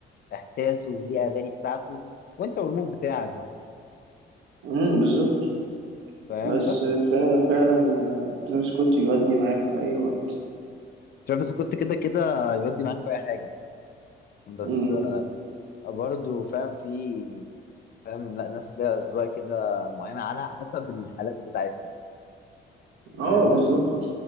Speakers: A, on the left (about 50°); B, on the right (about 80°).
A: احساسه وليه اغاني بتاعته وانت والمود بتاعك بقى
B: مم، بالظبط
A: فاهم
B: بس
A: بس
B: فعلا فعلا آه، ترافيس سكوت يودي معاك في أي وقت
A: ترافيس كنت كده كده يودي معاك في اي حاجه بس
B: مم،
A: برضه فاهم في فاهم لا ناس ليها اذواق كده معينه على حسب الحالات بتاعتهم
B: اه
A: فاهمني
B: بالظبط